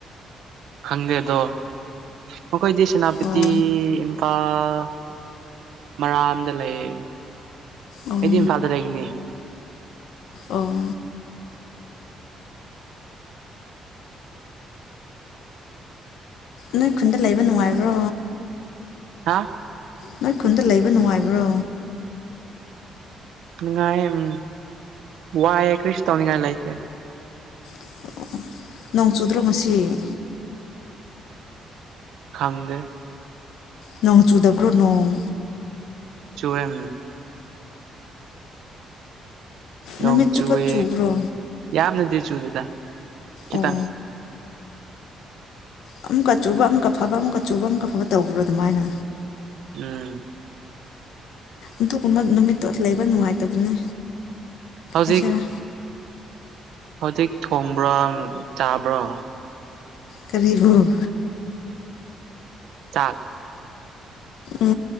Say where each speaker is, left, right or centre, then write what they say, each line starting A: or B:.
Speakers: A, on the right; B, on the left.
A: ꯈꯪꯗꯦ ꯑꯗꯣ ꯃꯈꯣꯏꯗꯤ ꯁꯦꯅꯥꯄꯇꯤ
B: ꯑꯣ
A: ꯏꯝꯐꯥꯜ ꯃꯔꯥꯝꯗ ꯂꯩꯌꯦ
B: ꯑꯣ
A: ꯑꯦꯗꯤꯝ ꯐꯥꯗꯔꯦꯒꯅꯤ
B: ꯑꯣ ꯅꯣꯏ ꯈꯨꯟꯗ ꯂꯩꯕ ꯅꯨꯡꯉꯥꯏꯕ꯭ꯔꯣ
A: ꯍꯥꯥ
B: ꯅꯣꯏ ꯈꯨꯟꯗ ꯂꯩꯕ ꯅꯨꯡꯉꯥꯏꯕ꯭ꯔꯣ
A: ꯅꯨꯡꯉꯥꯏ ꯎꯝ ꯋꯥ ꯌꯥ ꯀꯔꯤꯁꯨ ꯇꯅꯤꯡꯉꯥꯏ ꯂꯩꯥꯏꯇꯦ
B: ꯑꯣ ꯅꯣꯡ ꯆꯨꯗ꯭ꯔꯣ ꯃꯁꯤꯁꯤ
A: ꯈꯪꯗꯦ
B: ꯅꯣꯡ ꯆꯨꯗꯕ꯭ꯔꯣ ꯅꯣꯡ
A: ꯆꯨꯝ ꯅꯣꯡꯆꯨꯋꯦ
B: ꯅꯨꯃꯤꯠ ꯆꯨꯞꯄ ꯆꯨꯕ꯭ꯔꯣ
A: ꯌꯥꯝ ꯅꯗꯤ ꯁꯨꯗꯗ ꯈꯤꯇꯪ
B: ꯑꯣ ꯑꯃꯨꯛꯀ ꯆꯨꯕ ꯑꯃꯨꯛꯀ ꯐꯕ ꯑꯃꯨꯛꯀ ꯆꯨꯕ ꯑꯃꯨꯛꯀ ꯐꯕ ꯇꯧꯕ꯭ꯔꯣ ꯑꯗꯨꯃꯥꯏꯅ
A: ꯎꯝ
B: ꯑꯗꯨꯒꯨꯝꯕ ꯅꯨꯃꯤꯠꯇꯣ ꯂꯩꯕ ꯅꯨꯡꯉꯥꯏꯇꯕꯅꯦ
A: ꯍꯧꯖꯤꯛ
B: ꯑꯁꯔ
A: ꯍꯧꯖꯤꯛ ꯊꯣꯡꯕ꯭ꯔꯣ ꯆꯥꯕ꯭ꯔꯣ
B: ꯀꯔꯤꯕꯨꯝ
A: ꯆꯥꯛ
B: ꯎ